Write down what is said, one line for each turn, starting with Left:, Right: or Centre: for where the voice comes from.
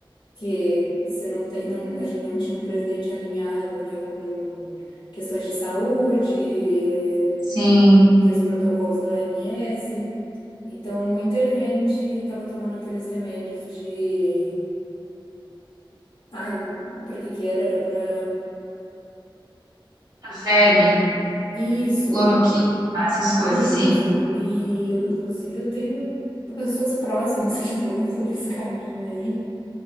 Left: Que você não tem, não- a gente não tinha um presidente alinhado, né, com questões de saúde, é,
Right: Sim,
Left: e os protocolos da OMS. Então, muita gente estava tomando aqueles remédios de. Ai, para que que era? Era para
Right: verme,
Left: isso.
Right: cloroquina, essas coisas,
Left: Isso,
Right: sim.
Left: e eu, inclusive eu tenho pessoas próximas <laughs> que foram por esse caminho aí.